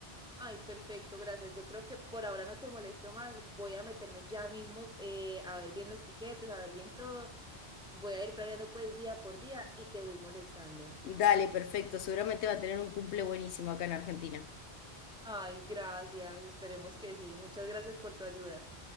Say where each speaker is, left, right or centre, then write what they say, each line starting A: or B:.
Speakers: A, in the centre; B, on the left.
A: Ay, perfecto, gracias. Yo creo que por ahora no te molesto más. Voy a meterme ya mismo eh, a ver bien los tiquetes, a ver bien todo. Voy a ir planeando pues día por día y te voy molestando.
B: Dale, perfecto, seguramente va a tener un cumple buenísimo acá en Argentina.
A: Ay, gracias. Esperemos que sí. Muchas gracias por tu ayuda.